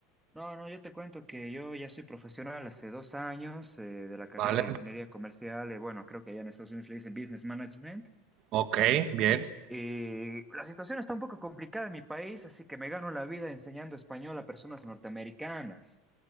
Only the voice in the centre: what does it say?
No, no, yo te cuento que yo ya soy profesional hace dos años eh, de la carrera
de ingeniería comercial, eh, bueno, creo que allá en Estados Unidos le dicen business management.
Y la situación está un poco complicada en mi país, así que me gano la vida enseñando español a personas norteamericanas.